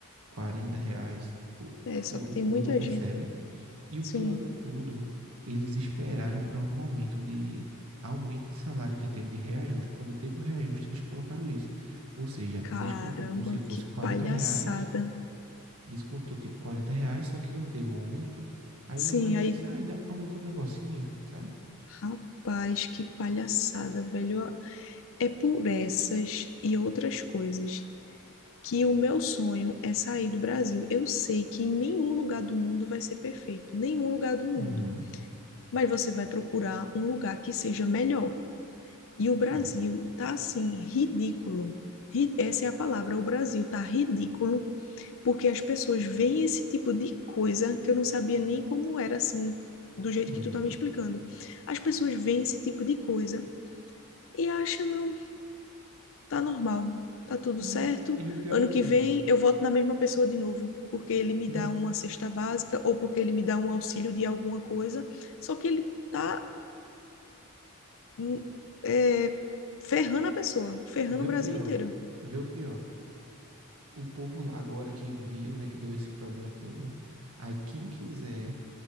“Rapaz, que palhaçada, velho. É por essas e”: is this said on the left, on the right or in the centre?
Left